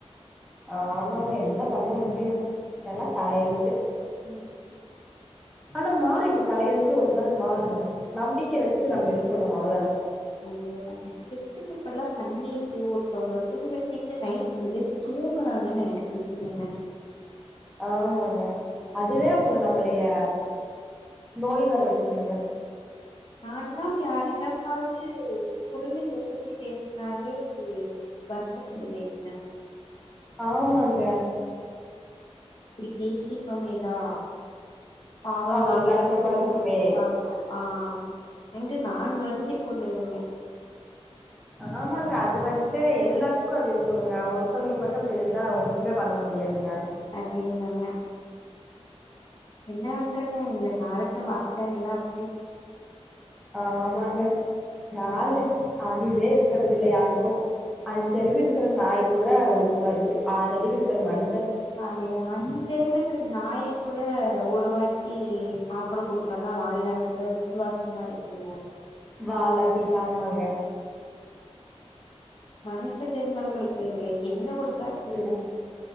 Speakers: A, in the centre; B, on the left (about 50°).
A: ஆமாங்க என்ன பண்ண முடியு எல்லா தல எழுத்து
B: ம்
A: ஆனா மாறி இந்த தல எழுத்து ஒரு நாள் மாறுங்க நம்பிக்க வச்சு நம்ம இருக்கணு அவ்ளதா
B: அதேதாங்க எப்டி இப்பெல்லா பண்ணிட்டு ஒருத்தவங்கள புண்படுத்திட்டு நைட் நிம்மதியா தூங்குறாங்கன்னு எனக்கு தெரிலங்க
A: ஆமாங்க அதுவே அப்றோ நம்மளய நோய் வர வச்சுருங்க
B: நான்லாம் யாரிடமாது குறலை ஒசத்தி பேஸ்னாலே வருத்தப்படுவேங்க
A: ஆமாங்க
B: இப்டி பேசிட்டோமே டா பாவம்
A: அவங்களுக்கு
B: அவர்கள்
A: கஷ்டமா
B: புண்பட்ருப்பாங்க
A: இருக்குமே
B: ஆ என்று நான் வருந்திக்கொள்ளுவேங்க
A: ஆமாங்க அது வன்ட்டு எல்லாத்துக்கு அது இருக்குணுங்க ஒருத்தங்களுக்கு மட்டு அப்டி இருந்தா ஒன்னுமே பண்ண முடி முடியாதுங்க
B: அதேதாங்க என்ன வண்றது இந்த காலத்து மக்கள்லா அப்டி
A: ஆமாங்க யாரு அறிவே இருக்கறது இல்ல யாருக்கு அஞ்சறிவு இருக்குற நாய் கூட ஒழுக்குமாருக்கு ஆறறிவு இருக்குற மனு
B: அது அஞ்சறிவு இருக்குற நாய் கூட இந்த ஒரு வாட்டி சாப்ட குடுத்தோன்னா வாழ்நாள் ஃபுல்லா விசுவாசமா இருக்குதுங்க
A: வாலாட்டிட்டு ஆமாங்க
B: மனுச ஜென்மங்களுக்கு என்ன கொடுத்
A: து இல்ல